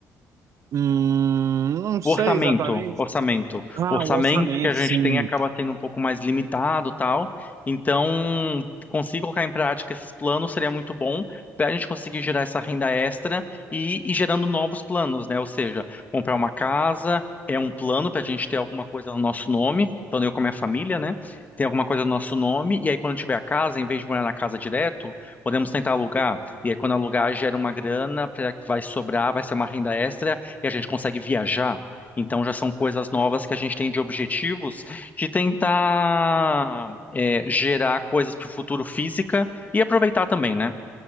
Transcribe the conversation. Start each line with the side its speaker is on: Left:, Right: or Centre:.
Right: Hum, não sei
Left: o orçamento,
Right: exatamente.
Left: orçamento.
Right: Ah,
Left: O orçamento
Right: o orçamento,
Left: que a gente
Right: sim.
Left: tem acaba sendo um pouco mais limitado, tal. Então, conseguir colocar em prática esses planos seria muito bom para a gente conseguir gerar essa renda extra e ir gerando novos planos, né? Ou seja, comprar uma casa é um plano para a gente ter alguma coisa no nosso nome, tanto eu como a minha família, né? Tem alguma coisa no nosso nome, e aí quando tiver a casa, em vez de morar na casa direto, podemos tentar alugar. E aí quando alugar, gera uma grana pra- que vai sobrar, vai ser uma renda extra e a gente consegue viajar. Então já são coisas novas que a gente tem de objetivos de tentar é, gerar coisas para o futuro física e aproveitar também, né?